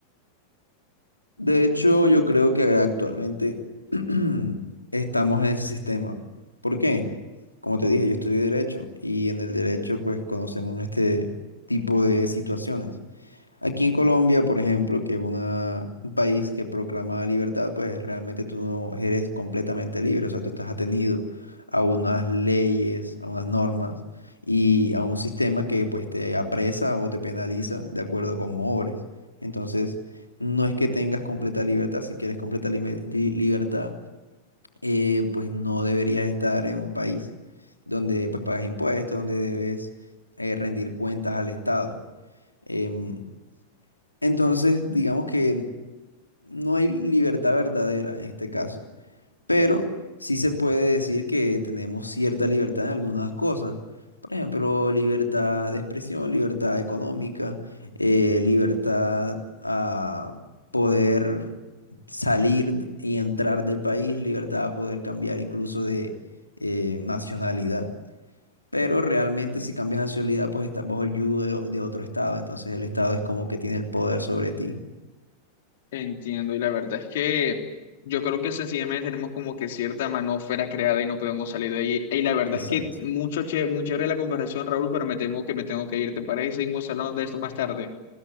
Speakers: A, on the left; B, on the left.
A: De hecho, yo creo que actualmente <clears throat> estamos en ese sistema. ¿Por qué? Como te dije, yo estudié derecho y en el derecho pues conocemos este tipo de situaciones. Aquí en Colombia, por ejemplo, que es una- un país que proclama la libertad, pues realmente tú no eres completamente libre, o sea, tú estás atenido a unas leyes, a unas normas y a un sistema que pues te apresa o te penaliza de acuerdo a cómo obres. Entonces, no es que tengas completa libertad, si quieres completa lime- li- libertad, eh, pues no deberías estar en un país donde pues pagas impuestos, donde debes eh, rendir cuentas al Estado. Em, entonces, digamos que no hay libertad verdadera en este caso, pero sí se puede decir que tenemos cierta libertad en algunas cosas. Por ejemplo, libertad de expresión, libertad económica, eh, libertad a poder salir y entrar del país, libertad a poder cambiar incluso de eh, nacionalidad. Pero realmente si cambias nacionalidad, pues estás bajo el yugo de, de otro estado, entonces el estado es como que tiene el poder sobre ti.
B: Entiendo, y la verdad es que yo creo que sencillamente tenemos como que cierta manósfera creada y no podemos salir de ahí. Y la verdad
A: Exacto.
B: es que mucho che, muy chévere la conversación, Raúl, pero me temo que me tengo que ir. ¿Te parece? y Seguimos hablando de esto más tarde.